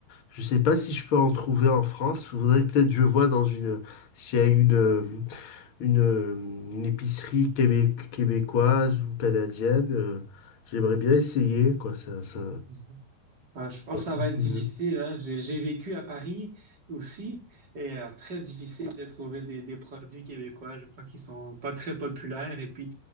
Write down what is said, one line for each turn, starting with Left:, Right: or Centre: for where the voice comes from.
Left: je sais pas si je peux en trouver en France. Faudrait peut-être que je vois dans une, s'il y a une. euh, une, euh, une épicerie québé québécoise ou canadienne. euh, j'aimerais bien essayer, quoi. Ça, ça,
Right: Mhm. Ah, je pense
Left: ça,
Right: que
Left: c'est
Right: ça va être
Left: curieux.
Right: difficile, hein. J'ai j'ai vécu à Paris aussi et euh, très difficile de trouver des, des produits québécois. Je crois qu'ils sont pas très populaires et puis